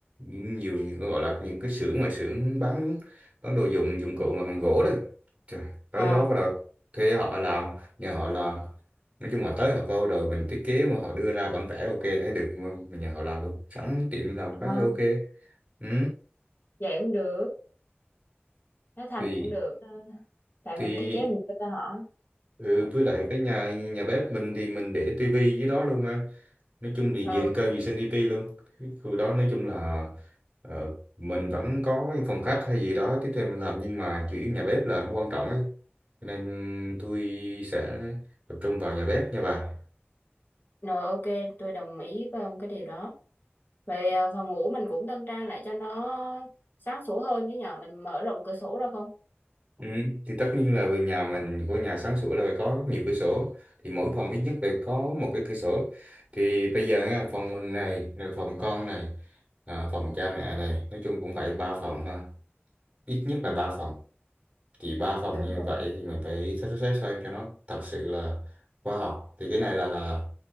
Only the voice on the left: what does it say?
À,
à
vậy cũng được, nó thành
cũng được. Ờ, tại
mình thiết kế mình cho ra họ.
Ừ,
rồi ok, tôi đồng ý với ông cái điều đó. Vậy ờ, phòng ngủ mình cũng tân trang lại cho nó sáng sủa hơn chứ nhờ mình mở rộng cửa sổ ra không?
Ừ.
đúng
rồi